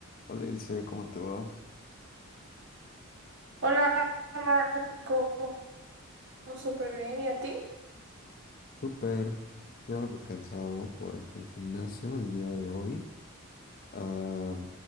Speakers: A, on the left; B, on the right.
A: Hola Ilse, ¿cómo te va?
B: Hola Marco, súper bien, ¿y a ti?
A: Súper, estoy algo cansado por el gimnasio el día de hoy. Ah,